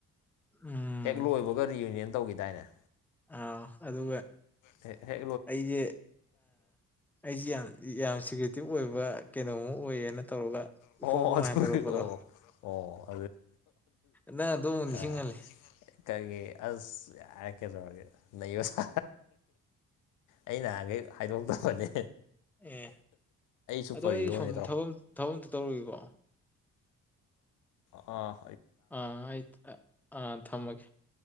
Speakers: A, in the centre; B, on the left (about 80°).
A: ꯎꯝ
B: ꯍꯦꯛ ꯂꯣꯏꯕꯒ ꯔꯤꯌꯨꯅꯤꯌꯟ ꯇꯧꯈꯤꯗꯥꯏꯅꯦ
A: ꯑ ꯑꯗ
B: ꯍ ꯍ
A: ꯑꯩꯁꯦ ꯑꯩꯁꯦ ꯌꯥꯝ ꯌꯥꯝ ꯁꯦꯀ꯭ꯔꯤꯇꯤꯞ ꯑꯣꯏꯕ ꯀꯩꯅꯣꯝꯃ ꯑꯣꯏꯌꯦꯅ ꯇꯧꯔꯒ
B: ꯑꯣ
A: ꯏꯐꯣꯡ ꯐꯣꯡꯅ
B: ꯑ ꯑꯣ
A: ꯍꯥꯏꯗꯣꯔꯛꯄꯗꯣ
B: ꯑꯣ
A: ꯅꯪ ꯑꯗꯨꯃꯨꯛ ꯅꯤꯡꯁꯤꯡꯍꯜꯂꯦ
B: ꯑ ꯀꯒꯤꯦ ꯑꯁ ꯍꯥꯏꯔꯛꯀꯦꯗꯧꯔꯒꯦ ꯅ ꯑꯣꯁꯥ ꯑꯩ ꯅꯍꯥꯟꯈꯩ ꯍꯥꯏꯗꯣꯛꯇꯕꯅꯦ
A: ꯑꯦ
B: ꯁꯨꯄꯔ
A: ꯑꯗꯣ ꯑꯩ
B: ꯍꯤꯔꯣꯅꯦ
A: ꯁꯣꯝꯗ ꯊꯕꯛꯇ ꯇꯧꯔꯨꯒꯦꯀꯣ
B: ꯑ
A: ꯑꯥ ꯑ ꯑ ꯊꯃꯒꯦ